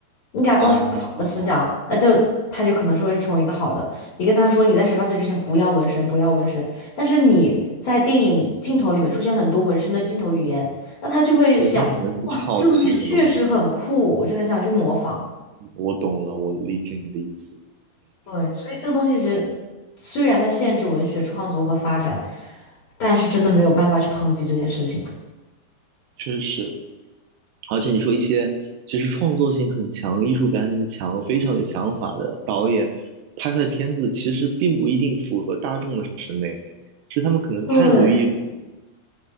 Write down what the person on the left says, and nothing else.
你给他灌输好的思想，
那就他就可能是会成为一个好的。你跟他说你在十八岁之前不要纹身，不要纹身，但是你在电影镜头里面出现了很多纹身的镜头语言，那他就会想，
哇，这个东西确实很酷，我就很想去模仿。
对，所以这个东西其实虽然它限制文学创作和发展，但是真的没有办法去抨击这件事情。
对，